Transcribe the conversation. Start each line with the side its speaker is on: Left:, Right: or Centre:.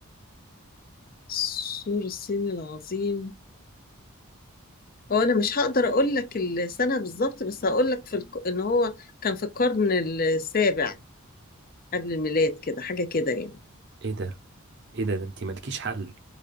Left: سور الصين العظيم هو انا مش هقدر اقول لك السنه بالظبط بس هقول لك في الك... ان هو كان في القرن السابع قبل الميلاد كده حاجة كده يعني
Right: ايه ده ايه ده ده انتي مالكيش حل